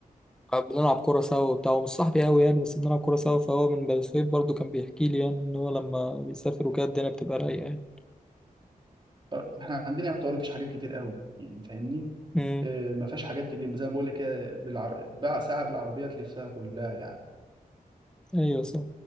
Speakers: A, in the centre; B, on the right (about 30°).
A: بنلعب كورة سوا وبتاع هو مش صاحبي قوي يعني بس بنلعب كورة سوا
B: امم
A: فهو من بني سويف برضه كان بيحكي لي يعني ان هو لما بيسافر وكده الدنيا بتبقى رايقة يعني
B: احنا عندنا يعتبر مفيش حاجات كتير قوي يعني فاهمني
A: امم
B: آه، ما فيهاش حاجات كتير زي ما بقول لك كده بالعر... بقى ساعه بالعربيه تلفها كلها يعني
A: ايوه صح